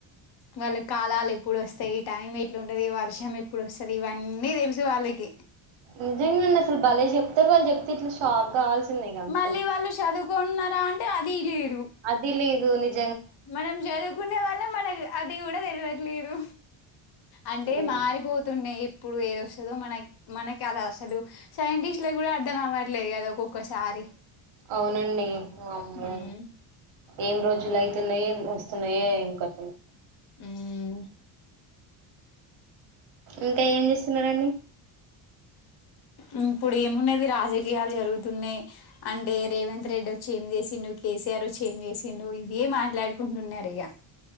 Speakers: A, on the left; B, on the right.
A: వాళ్ళక్ కాలాలు ఎప్పుడు వస్తయి టైం ఎట్లుంటది వర్షం ఎప్పుడు వస్తది. ఇవన్నీ తెల్సు వాళ్ళకి.
B: నిజంగ అండి అసలు భలే చెప్తరు వాళ్ళు చెప్తే ఇట్ల షాక్ కావాల్సిందే ఇగ అంతే
A: మళ్ళీ వాళ్ళు శదువుకున్నారా అంటే అదీ లేద్
B: అదీ లేదు నిజ్
A: మనం చదువుకునే వాళ్ళం మనకు అది గూడా తెల్వట్లేదు. అంటే
B: ఉమ్,
A: మారిపోతున్నయి ఇప్ ఇప్పుడు ఏదొస్తదో మనక్ మనకి అలా అసలు సైంటిస్ట్ లగ్గూడా అర్ధం అవ్వట్లేదు గదా ఒక్కొక్కసారి.
B: అవునండి వామ్మో.
A: ఉమ్
B: ఏం రోజులు అయితున్నయ్ ఏం వస్తున్నయో ఏం కతనో.
A: హ్మూ
B: ఇంకా ఏం చేస్తున్నరండి.
A: ఉ ఇప్పుడు ఏమున్నది రాజకీయాలు జరుగుతున్నయ్. అంటే రేవంత్ రెడ్డి వచ్చి ఏం చే సిండు, కేసీఆర్ వచ్చి ఏం చేసిండు ఇవ్వే మాట్లాడుకుంటున్నారయ్యా.